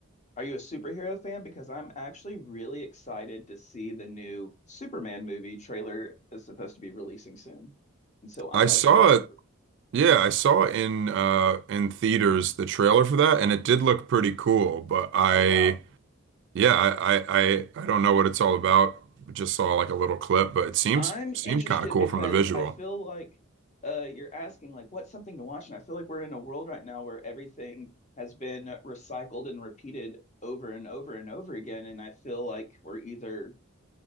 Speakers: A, on the left; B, on the right.
A: Are you a superhero fan? Because I'm actually really excited to see the new Superman movie trailer is supposed to be releasing soon. And so I'm
B: I saw
A: a huge super.
B: it, yeah, I saw in uh in theaters the trailer for that, and it did look pretty cool, but I
A: Oh wow,
B: Yeah, I, I I I don't know what it's all about. Just saw like a little clip, but it seems
A: I'm
B: seems
A: interested
B: kind of cool
A: because
B: from the visual.
A: I feel like uh, you're asking like what's something to watch, and I feel like we're in a world right now where everything has been recycled and repeated over and over and over again, and I feel like we're either